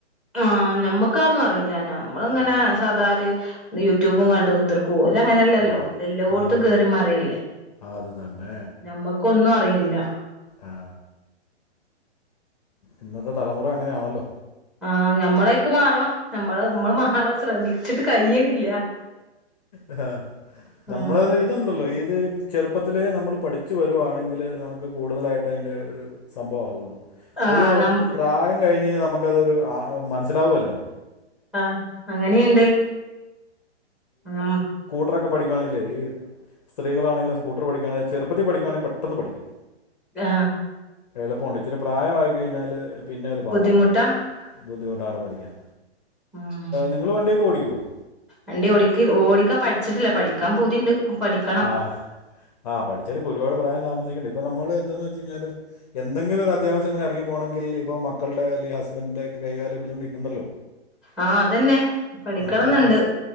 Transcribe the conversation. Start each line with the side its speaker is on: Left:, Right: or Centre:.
Centre: ആഹ് ഞമ്മുക്കഒന്നും അറീല്ല ഞമ്മള്ങ്ങനെ
Left: ആ
Centre: സാദാര് ണ്ട് യൂട്യൂബും കണ്ട് കുത്തർക്കും. ഓലെങ്ങനല്ലല്ലോ
Left: ആ
Centre: ഓലെല്ലോടത്തും
Left: അതെ
Centre: കേറി മറിയല്ലേ.
Left: അത് തന്നെ
Centre: ഞമ്മക്കൊന്നും അറിയില്ല
Left: ആ ഇന്നത്തെ തലമുറ അങ്ങനെയാണല്ലോ.
Centre: ആഹ് ഞമ്മള അയ്ക്ക് മാറണം നമ്മള് നമ്മൾ മാറാൻ ശ്രമിച്ചിട്ട് കഴിയ്ണില്ല
Left: ആഹ് നമ്മള
Centre: ഉം
Left: ഇത്ണ്ടല്ലോ ഇത് ചെറുപ്പ് പ്പത്തിലേ നമ്മൾ പഠിച്ച് വരുവാണെങ്കില് നമക്ക് കൂടുതലായിട്ട് അയ്ൻ്റെ ഒരു സംഭവാവൊള്ളൂ
Centre: ആഹ്
Left: ഒരു
Centre: നം
Left: പ്രായം കഴിഞ് കഴിഞ്ഞാൽ നമുക്കതൊരു മനസ്സിലാവുകേല്ലന്നേ.
Centre: ആഹ് അങ്ങനീണ്ട്. ആ മ്
Left: ട്ടൊക്കെ പഠിക്കുയാണെങ്കിൽ ഈ സ്ത്രകളാണെങ്കില സ്കൂർ പിക്കുയാണെങ്ക ചെറുപ്പ പിക്കുണെങ്കി പെട്ടന്ന് പഠിക്കും
Centre: ആ
Left: എളുപ്പമുണ്ട് ഇച്ചിരി പ്രായം ആയി കഴിഞ്ഞാല്...... പിന്നെ അത് പാടാ
Centre: ബുദ്ധിമുട്ടാ
Left: ബുദ്ധിമുട്ട് ന്താണ് പഠിക്കാൻ...
Centre: ഉം
Left: നിങ്ങളവണ്ടിയൊക്ക് ഓടിക്ക..... യോ <inaudible>
Centre: വണ്ടി ഓടി ക്ക ഓടിക്കാൻ പഠിച്ചിട്ടില്ല പഠിക്കാൻ പൂതിണ്ട് പഠിക്കണം
Left: ആഹ് ആഹ പഠിച്ചെടുക്ക് ഒരുപാട് പ്രായം താമസിക്കണ്ടണ്ട് ഇപ്പൊ നമ്മള്... എന്താന്ന് വെച്ച് കിഞ്ഞാല് എന്തെങ്കിലും ഒരു അത്യാവശംങ്ങെ ഇറങ്ങി പോണമെങ്ക ഇപ്പോ മക്കളുടെ അല്ലെങ്ക ഹസ്ബൻഡന്റെ ഒ കൈകാലം പിടിച്ചൊണ്ടിരിക്കുന്നുണ്ടല്ലോ
Centre: ആഹ് അതന്നെ പഠിക്കണംന്നുണ്ട്
Left: നമ്മുടെ ആവശ്യ